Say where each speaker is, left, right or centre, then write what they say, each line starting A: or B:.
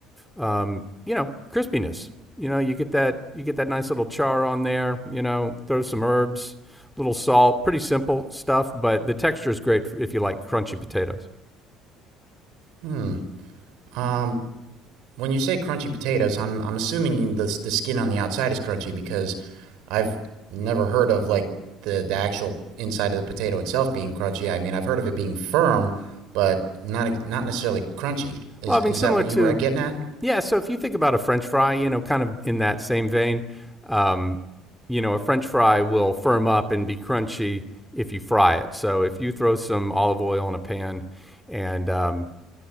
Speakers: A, in the centre; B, on the right.
A: um, you know crispiness. You know, you get that you get that nice little char on there. You know, throw some herbs, little salt. Pretty simple stuff, but the texture is great if you like crunchy potatoes.
B: Hmm. Um, When you say crunchy potatoes, I'm I'm assuming the the skin on the outside is crunchy because I've never heard of like the the actual inside of the potato itself being crunchy. I mean, I've heard of it being firm, but not not necessarily crunchy. Is
A: Well, I
B: is
A: mean, similar
B: that what
A: to,
B: you were getting at?
A: yeah. So if you think about a French fry, you know, kind of in that same vein, um, you know, a French fry will firm up and be crunchy if you fry it. So if you throw some olive oil in a pan and, um,